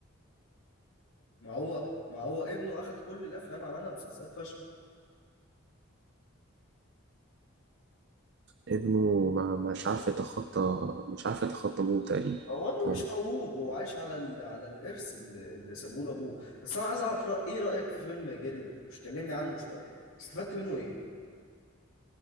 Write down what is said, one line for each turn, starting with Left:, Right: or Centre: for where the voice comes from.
Left: ما هو ما هو ابنه اخد كل الافلام عملها مسلسلات فاشله
Right: ابنه ما مش عارف يتخطى مش عارف يتخطى ابوه تقريبا
Left: هو ابنه
Right: هو-
Left: مش
Right: مش-
Left: موهوب هو عايش على ال... على الارث اللي, اللي سابوه له ابوه بس انا عايز اعرف رأ... ايه رايك في فيلم جري الوحوش كلمني عنه شويه يعني استفدت منه ايه